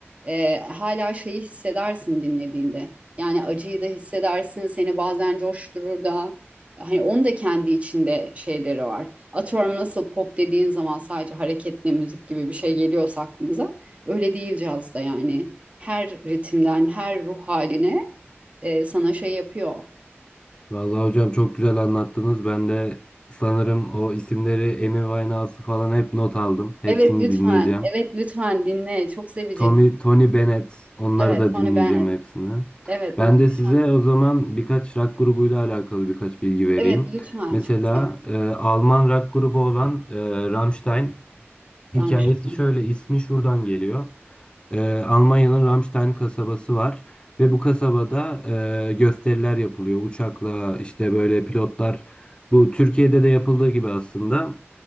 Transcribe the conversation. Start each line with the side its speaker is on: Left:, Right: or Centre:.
Right: e, hala şeyi hissedersin dinlediğinde. Yani acıyı da hissedersin, seni bazen coşturur da. Hani onun da kendi içinde şeyleri var. Atıyorum nasıl pop dediğin zaman sadece hareketli müzik gibi bir şey geliyorsa aklımıza. Öyle değil cazda yani. Her ritimden, her ruh haline e, sana şey yapıyor.
Left: Vallahi hocam çok güzel anlattınız. Ben de sanırım o isimleri Amy Winehouse'u falan hep not aldım. Hepsini
Right: Evet lütfen,
Left: dinleyeceğim.
Right: evet lütfen dinle. Çok seveceksin.
Left: Tommy, Tony Bennett, onları
Right: Evet,
Left: da
Right: Tony
Left: dinleyeceğim
Right: Bennett.
Left: hepsini.
Right: Evet,
Left: Ben
Right: muhteşem.
Left: de size o zaman birkaç rock grubuyla alakalı birkaç bilgi vereyim.
Right: Evet, lütfen.
Left: Mesela
Right: Çok sevdim.
Left: e, Alman rock grubu olan e, Rammstein
Right: Rammstein.
Left: hikayesi şöyle ismi şuradan geliyor. E, Almanya'nın Ramstein kasabası var ve bu kasabada e, gösteriler yapılıyor. Uçakla işte böyle pilotlar bu Türkiye'de de yapıldığı gibi aslında